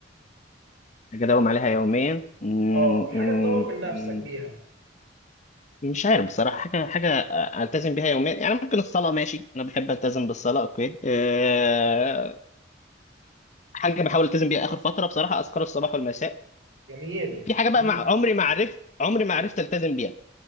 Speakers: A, on the left (about 40°); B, on the right (about 70°).
A: حاجة أداوم عليها يوميا مم،
B: اه حاجه
A: مم،
B: تطور من نفسك
A: مم،
B: بيها
A: مش عارف بصراحة حاجة حاجة ألتزم بيها يوميا يعني ممكن الصلاة ماشي أنا بحب ألتزم بالصلاة أوكي أه حاجة بحاول ألتزم بيها آخر فترة بصراحة أذكار الصباح والمساء
B: جميل
A: في حاجة
B: جميل
A: بقى مع عمري ما عرفت عمري ما عرفت ألتزم بيها